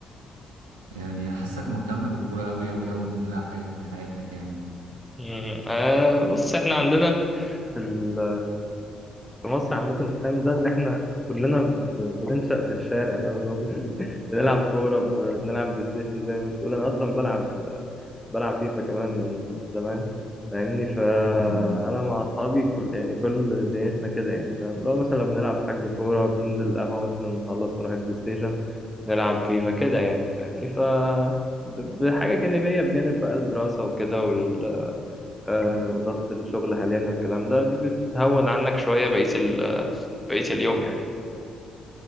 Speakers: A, on the right (about 80°); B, in the centre.
A: يعني حاسك مهتم بالكورة أوي أوي أوي مديلها حيز من حياتك يعني
B: مم. أه بص إحنا عندنا في ال- في مصر عامة أنت فاهم ده إن إحنا كلنا ب- بننشأ في الشارع فاهم اللي هو بن- <laughs> بنلعب كورة ب- بنلعب بلاي ستيشن زي ما بتقول أنا أصلا بلعب بلعب فيفا كمان من زمان فاهمني فأنا
A: مم.
B: مع أصحابي كل يعني كل دنيتنا كده يعني فاهم لو مثلا لما نلعب حجز كورة بننزل القهوة مثلا نخلص نروح البلاي ستيشن نلعب فيفا كده يعني فاهمني ف ب- بحاجة جانبية بجانب بقى الدراسة وكده وال... آه وضغط الشغل حاليا والكلام ده دي بتهون عنك شوية بقية ال... بقية اليوم يعني